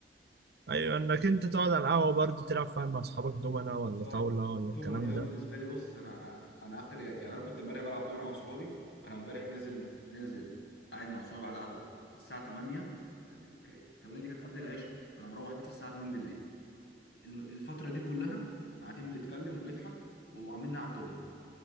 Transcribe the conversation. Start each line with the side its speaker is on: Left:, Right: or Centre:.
Right: ايوه انك انت تقعد على القهوه برضه تلعب فاهم مع اصحابك دومنا ولا
Left: بالظبط
Right: طاوله ولا
Left: الدومنه
Right: الكلام
Left: دي بقى
Right: ده
Left: بالنسبه لي بص انا انا اخر يعني انا كنت امبارح بلعب دومنه مع صحابي انا امبارح نازل نازل قاعد مع صحابي على القهوه الساعه 8 ت- ك- 8 دي كانت قبل العشاء انا مروح بيتي الساعه 2 بالليل الم- الفتره دي كلها قاعدين بنتكلم ونضحك وعاملين نلعب دومنه